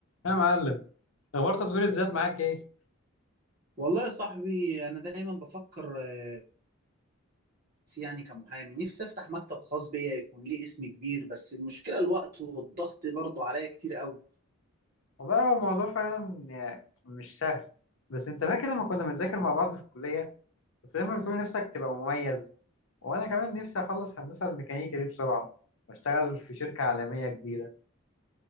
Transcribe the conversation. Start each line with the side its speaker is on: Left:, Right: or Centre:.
Left: يا معلم اخبار تطوير الذات معاك ايه
Right: والله يا صاحبي انا دايما بفكر آه، بس يعني كمحامي نفسي افتح مكتب خاص بيا يكون ليه اسم كبير بس المشكله الوقت والضغط برضه عليا كتير قوي
Left: والله هو الموضوع فعلا يعني مش سهل بس انت فاكر لما كنا بنذاكر مع بعض في الكلية بس دايما بتقول نفسك تبقى مميز وانا كمان نفسي اخلص هندسة الميكانيكا دي بسرعة واشتغل في شركة عالمية كبيرة